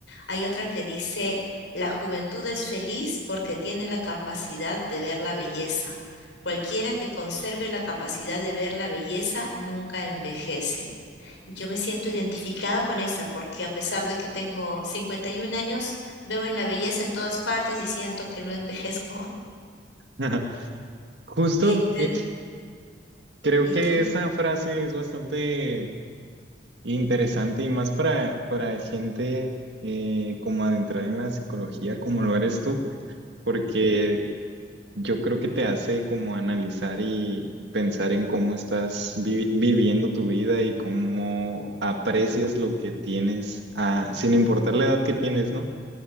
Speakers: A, on the left; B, on the right.
A: Hay otra que dice, la juventud es feliz porque tiene la capacidad de ver la belleza. Cualquiera que conserve la capacidad de ver la belleza nunca envejece. Y yo me siento identificada con esa porque a pesar de que tengo 51 años, veo en la belleza en todas partes y siento que no envejezco.
B: <laughs> justo
A: <laughs> ¿Y, tú-
B: eh, creo
A: y
B: que
A: tú?
B: esa frase es bastante interesante y más para, para gente eh, como adentrada en la psicología como lo eres tú, porque Yo creo que te hace como analizar y pensar en cómo estás vi- viviendo tu vida y cómo aprecias lo que tienes, ah, sin importar la edad que tienes, ¿no?